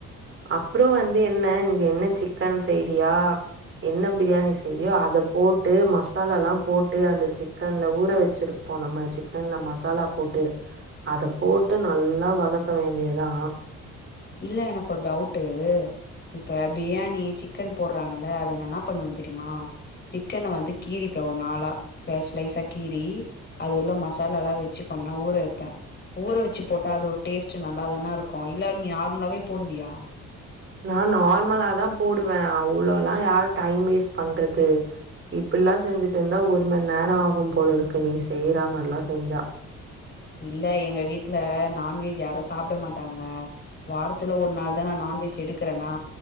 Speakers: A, on the right; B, on the left.
A: அப்புறோ வந்து என்ன இன்னக்கி என்ன சிக்கன் செய்றியா என்ன பிரியாணி செய்றியோ அதை போட்டு மசாலால போட்டு அந்த சிக்கன்ல ஊற வச்சிரு இப்போ நம்ம சிக்கன்ல மசாலா போட்டு அதை போட்டு நல்லா வதக்க வேண்டியதா
B: இல்ல எனக்கு ஒரு டவுட்டு இப்ப பிரியாணி சிக்கன் போட்றாங்கல்ல அத நா என்ன பண்ணுவே தெரியுமா சிக்கன வந்து கீறிப்ப ஒரு நாலா ஸ்லைஸ் ஸ்லைஸா கீரி அது உள்ள மசாலாலா வெச்சி பண்ணா ஊற வெப்பே ஊற வச்சி போட்டா அது ஒரு டேஸ்ட் நல்லாதான இருக்கு இல்ல நீ நார்மலாவே போடுவியா
A: நான் நார்மலாதா போடுவே அவ்ளோலா யாரு டைம் வேஸ்ட் பண்றது இப்பில்லா செஞ்சிட்டு இருந்தா ஒரு மண்நேர ஆகும் போல இருக்கு நீ செய்ற மாரிலா செஞ்சா
B: இல்ல எங்க வீட்ல நான்வெஜ் யாரு சாப்ட மாட்டாங்க வார த்துல ஒரு நாள் தா நா நான்வெஜ் எடுக்கிறேனா